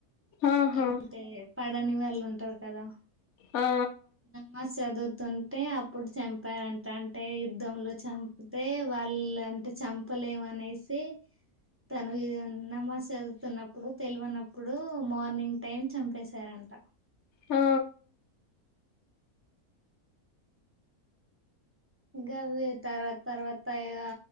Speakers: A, on the left (about 60°); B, on the right (about 20°).
A: ఆహా
B: అంటే పడని వాళ్ళు ఉంటరు కదా
A: ఆ
B: నమాస్ చదువుతుంటే అప్పుడు చం పారన్ అంటే యుద్ధంలో చం అంటే వాళ్ళ అంటే చంపలేమనేసి తను నమాస్ చదువుతున్నప్పుడు పిలివన అప్పుడు మార్నింగ్ టైమ్ చంపేశారంట
A: ఆ
B: గవే తర్వాత తర్వాత ఇగ